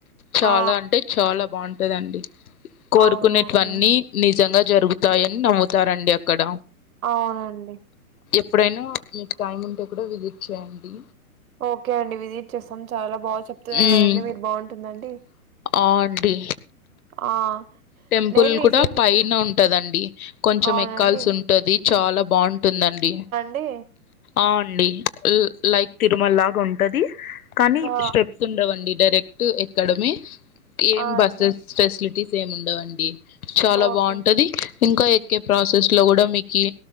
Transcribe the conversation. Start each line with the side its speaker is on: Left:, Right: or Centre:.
Left: చాలా
Right: ఆ!
Left: అంటే చాలా బాగుంటదండి కోరుకునేటువన్నీ
Right: అవునవునండి.
Left: నిజంగా జరుగుతాయని నమ్ముతారండి అక్కడ
Right: అవునండి
Left: ఇప్పుడైనా మీకు టైమ్ ఉంటే కూడా విజిట్ చేయండి
Right: ఓకే అండి విజిట్ చేస్తాం చాలా బాగా చెప్తున్నారు
Left: హ్మ్.
Right: కదండి మీరు బాగుంటుందండి
Left: ఆ అండి
Right: ఆ
Left: టెంపుల్
Right: నేను రీసెంట్‌గా
Left: కూడా పైన ఉంటదండి కొంచెం
Right: అవునండి.
Left: ఎక్కాల్సి ఉంటది చాలా బాగుంటుందండి
Right: టే
Left: ఆ అండి లై లైక్ తిరుమల లాగా ఉంటది కానీ
Right: ఆ!
Left: స్టె ప్స్ ఉండవండి డైరెక్ట్ ఎక్కడమే ఏం
Right: ఆ!
Left: బస్సెస్
Right: అండి.
Left: ఫెసిలిటీస్ ఏం ఉన్ ఉండవండి చాలా
Right: ఓకే.
Left: బాగుంటది ఇంకా ఎక్కే ప్రాసెస్ లో కూడా మీకి